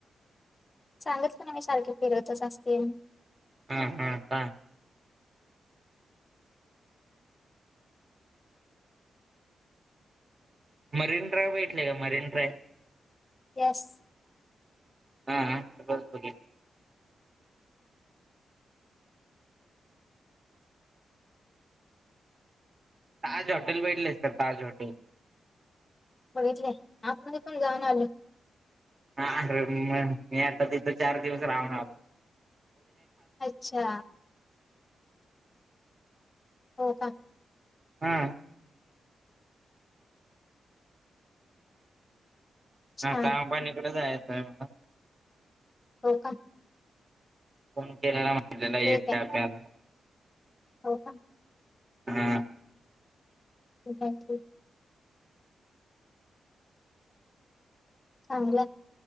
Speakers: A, on the left; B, on the right.
A: सांगितलं ना मी सारखेच फील होत असतील
B: हम हा का मरीन ड्रायव्ह भेटलेय का मरीन ड्राय
A: येस
B: हा ह बघ ताज होॉटेल बटलेच ताज होॉटेल
A: बघितलंय आता म पण जााऊन आल
B: हा अरे मग मी आता तिथं चार दिवस राहणारो
A: अच्छा हो का
B: हा
A: छान
B: हता अंबाणीकडे जायचं आहे मला
A: हो का
B: फण केलेला म्हटलेला य
A: ठीक आहे
B: आपल्याला
A: हो का
B: हा
A: थँक्यू चांगलं